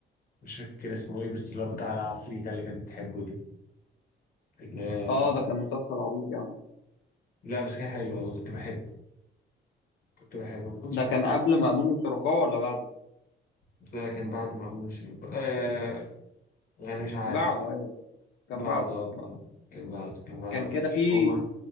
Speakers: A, on the left; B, on the left.
A: مش فاكر اسمه ايه بس اللي هو بتاع العفريتة اللي كانت بتحبه دي اللي هي-
B: اه ده كان مسلسل عبيط يعني
A: لا بس كان حلو والله كنت بحبه كنت بحبه ما كنتش
B: ده
A: بكرهه
B: كان قبل مأمون وشركاه ولا بعده
A: ده كان بعد ما أمون شريف آه يعني مش عارف
B: بعده ايوه كان
A: بعد
B: بعده
A: اه
B: كان
A: بعد-
B: بعده
A: كان بعد كان بعد
B: كان
A: ما
B: كده
A: أمون شريف
B: في
A: هما